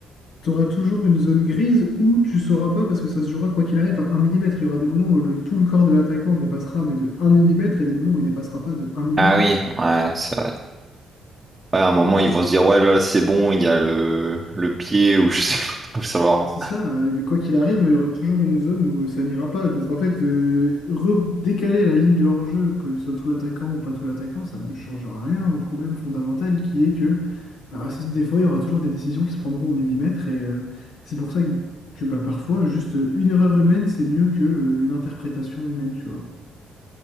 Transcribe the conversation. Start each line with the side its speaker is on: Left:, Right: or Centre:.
Left: tu auras toujours une zone grise où tu sauras pas, parce que ça se jouera quoi qu'il arrive à un millimètre. Il y aura des moments où le- tout le corps de l'attaquant dépassera, mais de un millimètre, et des moments où il dépassera pas de un millimètre.
Right: Ah oui, ouais, c'est vrai. Ouais, à un moment, ils vont se dire, ouais, là, c'est bon, il y a le, le pied ou je sais pas, faut le savoir.
Left: C'est ça, euh, mais quoi qu'il arrive, il y aura toujours une zone où ça n'ira pas. Donc en fait, euh, redécaler la ligne du hors-jeu, que ce soit tout l'attaquant ou pas tout l'attaquant, ça ne change rien au problème fondamental qui est que bah, ça- des fois, il y aura toujours des décisions qui se prendront au millimètre. Et euh, c'est pour ça que, que, bah, parfois, juste euh, une erreur humaine, c'est mieux qu'une interprétation humaine, tu vois.